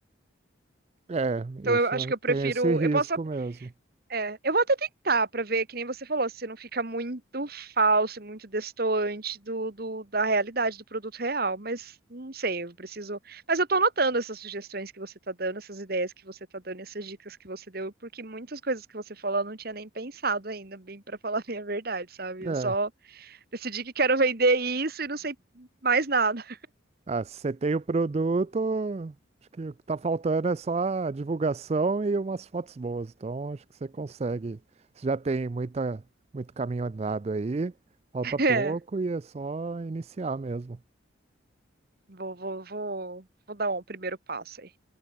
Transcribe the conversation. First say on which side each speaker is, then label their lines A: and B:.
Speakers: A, on the right (about 30°); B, on the right (about 50°).
A: É,
B: Então
A: isso
B: eu acho
A: é,
B: que eu prefiro.
A: tem esse risco
B: Eu posso
A: mesmo.
B: É, eu vou até tentar pra ver, que nem você falou, se não fica muito falso, muito destoante do, do- da realidade, do produto real, mas não sei, eu preciso. Mas eu tô anotando essas sugestões que você tá dando, essas ideias que você tá dando, essas dicas que você deu, porque muitas coisas que você falou eu não tinha nem pensado ainda, bem pra falar <laughs> a minha verdade, sabe?
A: É.
B: Eu só decidi que quero vender isso e não sei mais nada.
A: Ah, se você tem o produto, acho que o que tá faltando é só a divulgação e umas fotos boas. Então, acho que você consegue. Você já tem muita, muito caminho andado aí, falta
B: <laughs>
A: pouco
B: É,
A: e é só iniciar mesmo.
B: vou, vou, vou, vou dar um primeiro passo aí.